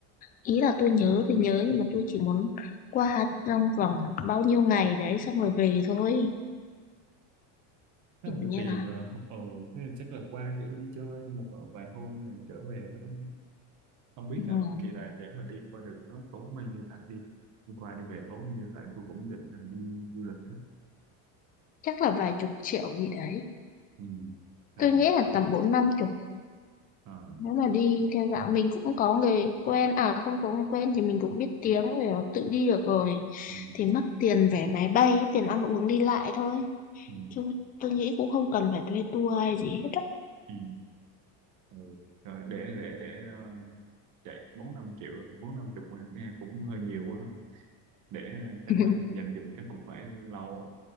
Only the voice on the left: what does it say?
ý là tôi nhớ thì nhớ nhưng mà tôi chỉ muốn qua trong vòng bao nhiêu ngày đấy xong rồi về thôi
kiểu
như
là
ừ,
chắc là vài chục triệu gì đấy
tôi nghĩ là tầm bốn năm chục
nếu mà đi theo dạng mình cũng có người quen à không có người quen thì mình cũng biết tiếng rồi tự đi được rồi
thì mất tiền vé máy bay tiền ăn uống đi lại thôi
chứ tôi nghĩ cũng không cần phải thuê tour hay gì hết á
<laughs>